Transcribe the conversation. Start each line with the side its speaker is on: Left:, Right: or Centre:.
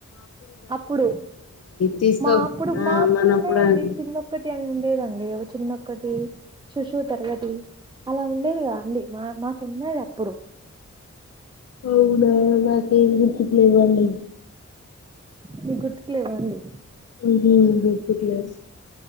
Right: అప్పుడు
Left: తీసుకో
Right: మా అప్పుడు
Left: ఆ
Right: మా అప్పుడు
Left: మనప్పుడు
Right: ఉన్నాయండి
Left: అండి
Right: చిన్నొక్కటి అని ఉండేదండి ఒక చిన్నొక్కటి శిశువు తిరగతి అలా ఉండేది గద అండి మా మాకు ఉన్నది అప్పుడు
Left: అవునా నాకేం గుర్తుకులెవ్వండి
Right: మీకు గుర్తుకులేవ్వా అండి
Left: ఊహూ గుర్తుకు లేవ్